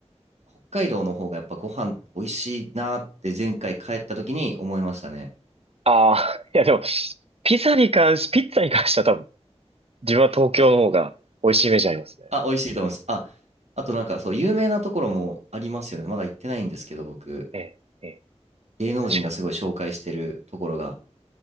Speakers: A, on the right; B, on the right.
A: 北海道の方がやっぱご飯美味しいなって前回帰った時に思いましたね。
B: ああ、<laughs> いやでも、ピザに関し、ピッツァに関しては多分、自分は東京の方が美味しいイメージありますね。
A: あ、美味しいと思います。あ、あとなんかそう、有名なところもありますよね。まだ行ってないんですけど、僕。
B: ええ、ええ、
A: 芸能人がすごい紹介してるところが
B: 確かに